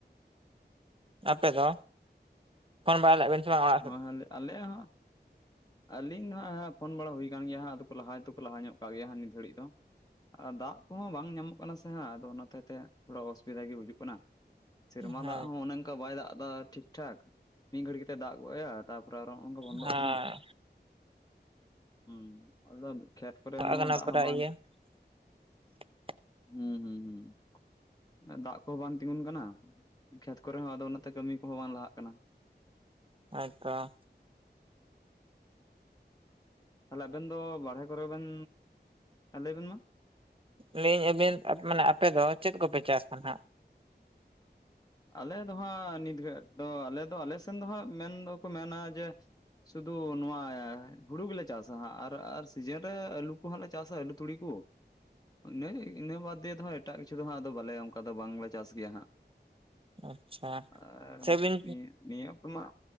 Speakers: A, on the right; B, on the left.
A: ᱟᱯᱮ ᱫᱚ? ᱯᱷᱚᱱ ᱵᱟᱲᱟ ᱞᱮᱜ-ᱟᱵᱤᱱ ᱥᱮ ᱵᱟᱝ ᱚᱲᱟᱜ
B: ᱦᱚᱸ
A: ᱥᱮᱫ?
B: ᱟᱞᱮ ᱟᱞᱮ ᱦᱚᱸ ᱟᱹᱞᱤᱧ ᱱᱟᱼᱦᱟᱸᱜ ᱯᱷᱳᱱ ᱵᱟᱲᱟ ᱦᱩᱭ ᱠᱟᱱ ᱜᱮᱭᱟ ᱦᱟᱸᱜ ᱟᱫᱚ ᱞᱟᱦᱟ ᱛᱮᱠᱚ ᱞᱟᱦᱟ ᱧᱚᱜ ᱠᱟᱜ ᱜᱮᱭᱟ ᱦᱟᱸᱜ ᱱᱤᱛ ᱫᱷᱟᱹᱲᱤᱡ ᱫᱚ ᱫᱟᱜ ᱠᱚᱦᱚᱸ ᱵᱟᱝ ᱧᱟᱢᱚᱜ ᱠᱟᱱᱟ ᱥᱮ ᱦᱟᱸᱜ ᱟᱫᱚ ᱚᱱᱟ ᱦᱚᱛᱮᱡ ᱛᱮ ᱛᱷᱚᱲᱟ ᱚᱥᱩᱵᱤᱫᱷᱟ ᱜᱮ ᱦᱩᱡᱩᱜ ᱠᱟᱱᱟ। ᱥᱮᱨᱢᱟ
A: ᱦᱮᱸᱛᱚ
B: ᱫᱟᱜ ᱦᱚᱸ ᱚᱱᱮ ᱚᱱᱠᱟ ᱵᱟᱭ ᱫᱟᱜ ᱮᱫᱟ ᱴᱷᱤᱠ ᱴᱷᱟᱠ ᱢᱤᱫ ᱜᱷᱟᱹᱲᱤ ᱠᱟᱛᱮ ᱫᱟᱜ ᱜᱚᱫ ᱮᱭᱟ ᱛᱟᱯᱚᱨᱮ ᱟᱨ ᱱᱚᱜ ᱱᱚᱝᱠᱟ ᱵᱚᱱᱫᱚᱜ
A: ᱦᱮᱸ
B: ᱠᱟᱱᱟ। ᱦᱩᱸ ᱟᱫᱚ ᱠᱷᱮᱛ ᱠᱚᱨᱮ
A: ᱪᱟᱞᱟᱜ
B: ᱦᱚᱸ
A: ᱠᱟᱱᱟ
B: ᱫᱟᱜ
A: ᱯᱨᱟᱭ
B: ᱦᱚᱸ ᱵᱟᱝ
A: <inaudible>
B: ᱦᱩᱸ ᱦᱩᱸ ᱦᱩᱸ ᱫᱟᱜ ᱠᱚᱦᱚᱸ ᱵᱟᱝ ᱛᱤᱜᱩᱱ ᱠᱟᱱᱟ ᱠᱷᱮᱛ ᱠᱚᱨᱮ ᱦᱚᱸ ᱟᱫᱚ ᱚᱱᱟᱛᱮ ᱠᱟᱹᱢᱤ ᱠᱚᱦᱚᱸ ᱵᱟᱝ ᱞᱟᱦᱟᱜ ᱠᱟᱱᱟ।
A: ᱦᱳᱭ ᱛᱚ
B: ᱛᱟᱞᱦᱮ ᱟᱵᱮᱱ ᱫᱚ ᱵᱟᱨᱦᱮ ᱠᱚᱨᱮ ᱵᱮᱱ ᱞᱟᱹᱭ ᱵᱮᱱ ᱢᱟ
A: ᱞᱟᱹᱭᱟᱹᱧ ᱟᱹᱵᱤᱱ ᱢᱟᱱᱮ ᱟᱯᱮ ᱫᱚ ᱪᱮᱫ ᱠᱚᱯᱮ ᱪᱟᱥᱟ ᱱᱟᱦᱱᱟᱜ
B: ᱟᱞᱮ ᱫᱚ ᱦᱟᱸᱜ ᱱᱤᱛ ᱫᱚ ᱟᱞᱮ ᱫᱚ ᱟᱞᱮ ᱥᱮᱱ ᱫᱚ ᱦᱟᱸᱜ ᱢᱮᱱ ᱫᱚᱠᱚ ᱢᱮᱱᱟ ᱡᱮ ᱥᱩᱫᱷᱩ ᱱᱚᱣᱟ ᱦᱩᱲᱩ ᱜᱮᱞᱮ ᱪᱟᱥᱟ ᱦᱟᱸᱜ ᱟᱨ ᱥᱤᱡᱤᱱ ᱨᱮ ᱟᱞᱩ ᱠᱚ ᱦᱟᱸᱜ ᱞᱮ ᱪᱟᱥᱟ ᱟᱞᱩ ᱛᱩᱲᱤ ᱠᱚ ᱤᱱᱟᱹ ᱤᱱᱟᱹ ᱵᱟᱫᱽ ᱫᱤᱭᱮ ᱫᱚ ᱦᱟᱸᱜ ᱮᱴᱟᱜ ᱠᱤᱪᱷᱩ ᱫᱚ ᱦᱟᱸᱜ ᱟᱫᱚ ᱵᱟᱞᱮ ᱚᱱᱠᱟ ᱫᱚ ᱵᱟᱝᱞᱮ ᱪᱟᱥ ᱜᱮᱭᱟ ᱦᱟᱸᱜ
A: ᱟᱪᱪᱷᱟ
B: ᱟᱨ
A: ᱥᱮᱵᱤᱱ
B: ᱱᱤᱭᱟᱹ ᱱᱤᱭᱟᱹ ᱚᱠᱛᱚ ᱢᱟ